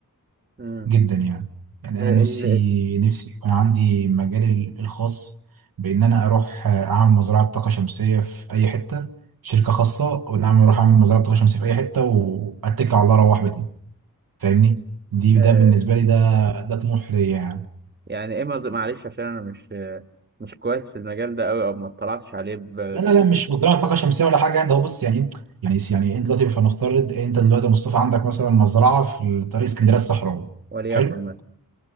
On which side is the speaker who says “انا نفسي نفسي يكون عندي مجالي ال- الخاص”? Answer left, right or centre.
Right